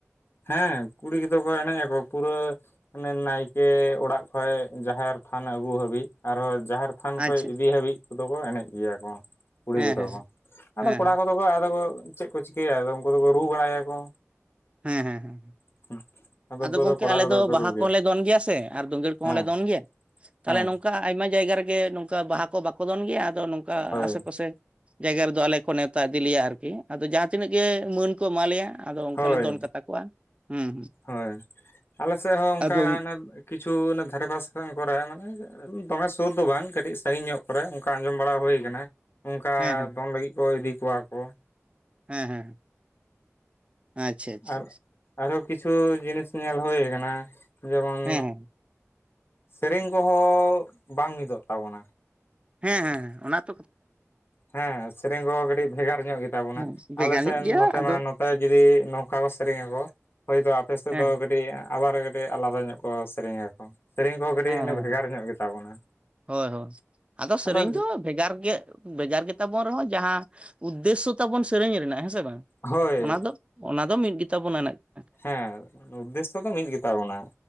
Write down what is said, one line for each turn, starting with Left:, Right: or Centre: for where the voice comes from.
Left: ᱦᱮᱸ ᱠᱩᱲᱤ ᱠᱮᱫᱚ ᱠᱚ ᱮᱱᱮᱡᱽ ᱟᱠᱚ᱾ ᱯᱩᱨᱟᱹᱼᱼ ᱟᱱᱮ ᱱᱟᱭᱠᱮ ᱚᱲᱟᱜ ᱠᱷᱚᱡ ᱡᱟᱦᱮᱨ ᱛᱷᱟᱱ ᱟᱹᱜᱩ ᱦᱟᱹᱵᱤᱡ᱾ ᱟᱨᱦᱚᱸ ᱡᱟᱦᱮᱨᱼᱼ ᱛᱷᱟᱱ ᱠᱷᱚᱡ
Right: ᱟᱪᱪᱷᱟ
Left: ᱤᱫᱤ ᱦᱟᱹᱵᱤᱡ ᱠᱚᱫᱚ ᱠᱚ ᱮᱱᱮᱡᱽ ᱜᱮᱭᱟ ᱾ ᱠᱚ ᱠᱩᱲᱤ
Right: ᱦᱮᱸ
Left: ᱜᱤᱫᱽᱨᱟᱹ
Right: ᱦᱮᱸ
Left: ᱠᱚᱫᱚ ᱠᱚ᱾ ᱟᱫᱚ
Right: ᱦᱮᱸ
Left: ᱠᱚᱲᱟ
Right: ᱦᱮᱸ
Left: ᱠᱚᱫᱚᱼᱼ ᱟᱫᱚ ᱠᱚ ᱪᱮᱫ ᱠᱚ ᱪᱤᱠᱟᱹᱭᱟ᱾ ᱟᱫᱚ ᱩᱱᱠᱩ ᱫᱚ ᱠᱚ ᱨᱩ ᱵᱟᱲᱟᱭ ᱟᱠᱚ᱾
Right: ᱦᱮᱸ, ᱦᱮᱸ, ᱦᱮᱸ᱾
Left: <unintelligible>
Right: ᱟᱫᱚ ᱜᱚᱝᱠᱮ
Left: ᱠᱚᱲᱟ
Right: ᱟᱞᱮ
Left: ᱠᱚᱫᱚ
Right: ᱫᱚ
Left: ᱠᱚ
Right: ᱵᱟᱦᱟ
Left: ᱨᱩ
Right: ᱠᱚᱦᱚᱸ ᱞᱮ ᱫᱚᱱ ᱜᱮᱭᱟ ᱥᱮ ᱾ ᱟᱨ ᱫᱳᱸᱜᱮᱲ ᱠᱚᱦᱚᱸ
Left: ᱦᱮᱸ
Right: ᱞᱮ ᱫᱚᱱ ᱜᱮᱭᱟ᱾ ᱛᱟᱦᱚᱞᱮ
Left: ᱦᱮᱸ
Right: ᱱᱚᱝᱠᱟᱼᱼ ᱟᱭᱢᱟ ᱡᱟᱭᱜᱟ ᱨᱮᱜᱮ ᱱᱚᱝᱠᱟ ᱵᱟᱦᱟ ᱠᱚ ᱵᱟᱠᱚ ᱫᱚᱱ ᱜᱮᱭᱟ ᱾ ᱟᱫᱚ ᱱᱚᱝᱠᱟ
Left: ᱦᱳᱭ
Right: ᱟᱥᱮ ᱯᱟᱥᱮᱼᱼ ᱡᱟᱭᱜᱟ ᱨᱮᱫᱚ ᱟᱞᱮ ᱠᱚ ᱱᱮᱣᱛᱟ ᱤᱫᱤ ᱞᱮᱭᱟ ᱟᱨᱠᱤ᱾ ᱟᱫᱚ ᱡᱟᱦᱟᱸ ᱛᱤᱱᱟᱹᱜ ᱜᱮ ᱢᱟᱹᱱᱼᱼ ᱠᱚ ᱮᱢᱟ ᱞᱮᱭᱟ᱾ ᱟᱫᱚ ᱚᱱᱠᱟ
Left: ᱦᱳᱭ
Right: ᱞᱮ ᱫᱚᱱ ᱠᱟᱛᱟ ᱠᱚᱣᱟ᱾ ᱦᱩᱸ
Left: ᱦᱳᱭ ᱟᱞᱮ ᱥᱮ ᱦᱚᱸ ᱚᱱᱠᱟ᱾
Right: ᱟᱫᱚ
Left: ᱠᱤᱪᱷᱩ ᱚᱱᱮ ᱫᱷᱟᱨᱮ ᱯᱟᱥ ᱠᱚᱨᱮ <unintelligible> ᱢᱟᱱᱮ ᱫᱚᱢᱮ ᱥᱳᱨ ᱫᱚ ᱵᱟᱝ, ᱠᱟᱹᱴᱤᱡ ᱥᱟᱸᱜᱤᱧ ᱧᱚᱜ ᱠᱚᱨᱮ ᱚᱱᱠᱟ ᱟᱸᱡᱚᱢ ᱵᱟᱲᱟ ᱦᱳᱭ ᱠᱟᱱᱟ᱾ ᱚᱱᱠᱟ
Right: ᱦᱮᱸ ᱦᱮᱸ
Left: ᱫᱚᱱ ᱞᱟᱹᱜᱤᱫ ᱠᱚ ᱤᱫᱤ ᱠᱚᱣᱟ ᱠᱚ᱾
Right: ᱦᱮᱸ, ᱦᱮᱸ᱾ ᱟᱪᱪᱷᱟ ᱟᱪᱪᱷᱟ
Left: ᱟᱨ, ᱟᱨᱦᱚᱸ ᱠᱤᱪᱷᱩ ᱡᱤᱱᱤᱥ ᱧᱮᱞ ᱦᱳᱭ ᱠᱟᱱᱟ᱾ ᱡᱮᱢᱚᱱᱼᱼ
Right: ᱦᱮᱸ ᱦᱮᱸ
Left: ᱥᱮᱨᱮᱧ ᱠᱚᱦᱚᱸ ᱵᱟᱝ ᱢᱤᱫᱚᱜ ᱛᱟᱵᱚᱱᱟ᱾
Right: ᱦᱮᱸ, ᱦᱮᱸ, ᱦᱮᱸ ᱚᱱᱟᱛ
Left: ᱦᱮᱸ, ᱥᱮᱨᱮᱝ ᱠᱚᱦᱚᱸ ᱠᱟᱴᱤᱡ ᱵᱷᱮᱜᱟᱨ ᱧᱚᱜ ᱜᱮᱛᱟ ᱵᱚᱱᱟ᱾
Right: ᱦᱮᱸ ᱵᱷᱮᱜᱟᱨ
Left: ᱟᱞᱮ ᱥᱮᱫ
Right: ᱧᱚᱜ ᱜᱮᱭᱟ
Left: ᱱᱚᱛᱮ
Right: ᱟᱫᱚ
Left: ᱢᱟ, ᱱᱚᱛᱮ ᱡᱩᱫᱤ ᱱᱚᱝᱠᱟ ᱠᱚ ᱥᱮᱨᱮᱧ ᱟᱠᱚ ᱾ᱦᱳᱭᱛᱚ ᱟᱯᱮ ᱥᱮᱫ
Right: ᱦᱮᱸ
Left: ᱫᱚ ᱠᱟᱴᱤᱡᱼᱼ ᱟᱵᱟᱨ ᱠᱟᱴᱤᱡ ᱟᱞᱟᱫᱟ ᱧᱚᱜ ᱠᱚ ᱥᱮᱨᱮᱧ ᱟᱠᱚ᱾ ᱥᱮᱨᱮᱧ ᱠᱚᱦᱚᱸ ᱠᱟᱹᱴᱤᱡ
Right: ᱦᱮᱸ
Left: ᱮᱱᱮ
Right: ᱦᱮᱸ
Left: ᱵᱷᱮᱜᱟᱨ ᱧᱚᱜ ᱜᱮᱛᱟ ᱵᱚᱱᱟ᱾
Right: ᱦᱳᱭ ᱦᱳᱭ ᱟᱫᱚ ᱥᱮᱨᱮᱧ
Left: ᱟᱫᱚᱼᱼ
Right: ᱫᱚ ᱵᱷᱮᱜᱟᱨ ᱜᱮ, ᱵᱷᱮᱜᱟᱨ ᱜᱮ ᱛᱟᱵᱚᱱ ᱨᱮᱦᱚᱸ ᱡᱟᱦᱟᱸ ᱩᱫᱫᱮᱥᱥᱚ ᱛᱟᱵᱚᱱ ᱥᱮᱨᱮᱧ ᱨᱮᱱᱟᱜ ᱦᱮᱸ ᱥᱮ ᱵᱟᱝ᱾
Left: ᱦᱳᱭ
Right: ᱚᱱᱟ ᱫᱚ, ᱚᱱᱟ ᱫᱚ ᱢᱤᱫ ᱜᱮᱛᱟ ᱵᱚᱱᱟ <unintelligible>
Left: ᱦᱮᱸ ᱩᱫᱫᱮᱥᱥᱚ ᱫᱚ ᱢᱤᱫ ᱜᱮᱛᱟ ᱵᱚᱱᱟ᱾